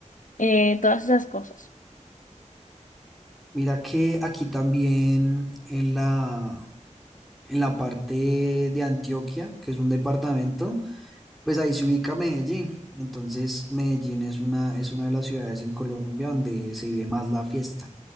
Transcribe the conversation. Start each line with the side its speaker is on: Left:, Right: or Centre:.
Left: eh, todas esas cosas.
Centre: Mira que aquí también en la, en la parte de Antioquia, que es un departamento, pues ahí se ubica Medellín. Entonces, Medellín es una, es una de las ciudades en Colombia donde se vive más la fiesta,